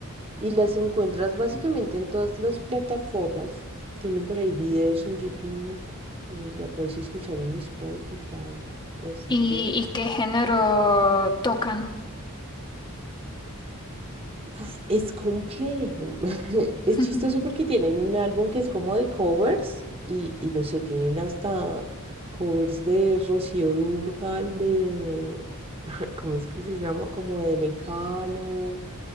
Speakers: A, on the right; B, on the left.
A: y las encuentras básicamente en todas las plataformas. Tienen por ahí videos en YouTube, eh, la puedes escuchar en Spotify. Así
B: ¿Y,
A: que
B: y qué género tocan?
A: uf, es complejo. <laughs> Es
B: <laughs>
A: chistoso porque tienen un álbum que es como de covers y, y no sé, tienen hasta covers de Rocío Dúrcal, de... <laughs> ¿Cómo es que se llama? Como de Mecano.